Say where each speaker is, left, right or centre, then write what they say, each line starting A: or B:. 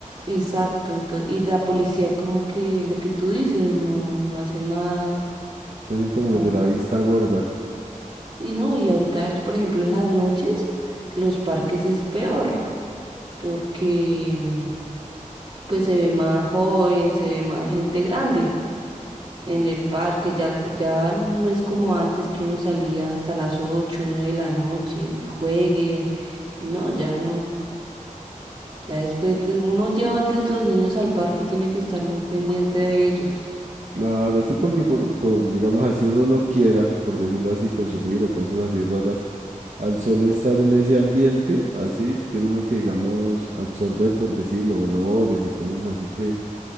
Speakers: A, on the right; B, on the right.
A: Exacto, entonces, y la policía como que lo que tú dices, no, no hace nada.
B: Se hacen como los
A: tam-
B: de la vista gorda.
A: Y no, y ahorita, por ejemplo, en las noches, los parques es peor porque, mm, pues, se ve más joven, se ve más gente grande. en el parque, ya, ya no es como antes que uno salía hasta las 8 9 de la noche y jueguen, y no, ya no, ya después de- uno lleva antes los niños al parque y tiene que estar muy pendiente de ellos.
B: Claro, sí, porque por, por, digamos así, uno no quiera, por decirlo así, consumir o cosas así raras. Al solo estar en ese ambiente, así, tiene uno que, digamos, absorber, por decirlo, olores y cosas así que,